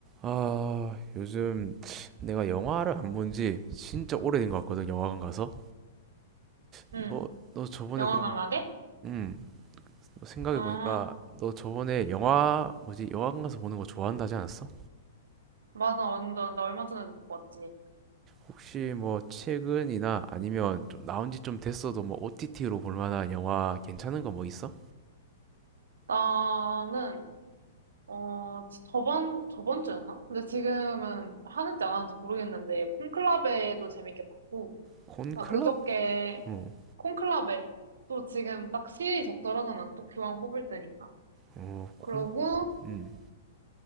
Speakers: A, on the right; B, on the right.
A: 아, 요즘 내가 영화를 안 본지 진짜 오래된 것 같거든, 영화관 가서. 너,
B: 응,
A: 너 저번에
B: 영화관
A: 그러면,
B: 가게?
A: 음, 생각해보니까
B: 아,
A: 너 저번에 영화, 뭐지, 영화관 가서 보는 거 좋아한다지 않았어?
B: 맞아, 완전. 나 얼마 전에도 보고 왔지.
A: 혹시 뭐 최근이나 아니면 좀 나온 지 좀 됐어도 뭐 OTT로 볼 만한 영화 괜찮은 거 뭐 있어?
B: 나는, 어, 지- 저번, 저번 주였나? 근데 지금은 하는지 안 하는지 모르겠는데, 콘클라베도 재밌게 봤고,
A: 콘클럽?
B: 나 그저께
A: 어,
B: 콘클라베, 또 지금 딱 시의 적절하잖아. 또 교황 뽑을 때니까.
A: 어, 콘,
B: 그러고,
A: 음.